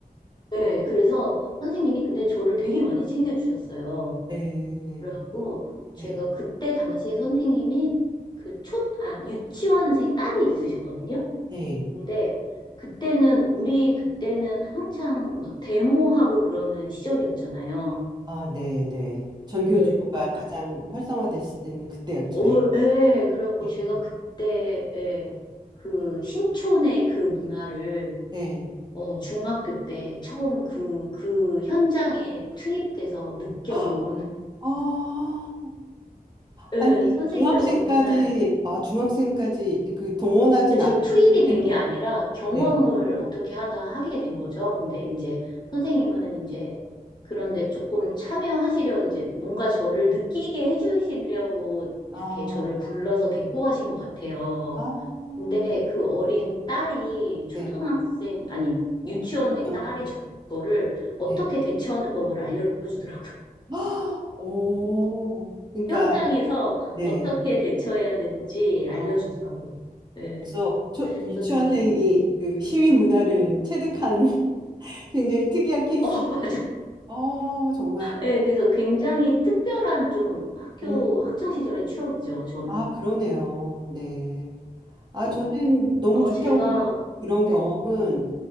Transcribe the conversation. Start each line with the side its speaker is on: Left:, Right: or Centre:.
Left: 네, 그래서 선생님이 근데 저를 되게 많이 챙겨주셨어요.
Right: 네.
Left: 그래갖고
Right: 네.
Left: 제가 그때 당시에 선생님이 그 초, 아, 유치원생 딸이 있으셨거든요.
Right: 네.
Left: 근데 그때는 우리 그때는 한창 막 데모하고 그러는 시절이었잖아요.
Right: 아, 네. 네. 전교조가
Left: 네, 그래서 그,
Right: 가장 활성화됐을 때는 그때였죠.
Left: 어,
Right: 예.
Left: 예, 그래갖고
Right: 네.
Left: 제가 그때 예, 그 신촌의 그 문화를
Right: 네.
Left: 어, 중학교 때 처음 그, 그 현장에 투입돼서 느껴본
Right: 아, 아.
Left: 예,
Right: 아니,
Left: 선생님의
Right: 중학생까지,
Left: 어느 날
Right: 아, 중학생까지 그 동원하진
Left: 근데 전
Right: 않을
Left: 투입이 된
Right: 텐데.
Left: 게 아니라 경험을
Right: 네.
Left: 어떻게 하다 하게 된 거죠. 근데 이제 선생님은 이제 그런데 조금 참여하시려 이제 뭔가 저를 느끼게 해주시려고
Right: 아,
Left: 이렇게 저를 불러서 데리고 가신 것 같아요.
Right: 아,
Left: 근데 그 어린
Right: 네.
Left: 딸이 초등학생,
Right: 네.
Left: 아니, 유치원생
Right: 전
Left: 딸이
Right: 세계.
Left: 저- 저를 어떻게
Right: 네.
Left: 대처하는 법을 알려주더라고요. <laughs>
Right: 아, 오, 그러니까,
Left: 현장에서
Right: 네.
Left: 어떻게 대처해야 되는지 알려주더라고요.
Right: 아,
Left: 네.
Right: 그래서 초, 유치원생이
Left: 그래서 저는 그게,
Right: 그 시위 문화를 체득한 <laughs> 굉장히 특이한 케이스.
Left: <laughs> 어, 맞아요.
Right: 어, 정말.
Left: 네, 그래서 굉장히 특별한 좀 학교,
Right: 음.
Left: 학창 시절의 추억이죠, 저는.
Right: 아, 그러네요. 네. 아,
Left: 네.
Right: 저는 너무
Left: 아,
Right: 좋다고
Left: 제가,
Right: 생각. 그런
Left: 네,
Right: 경험은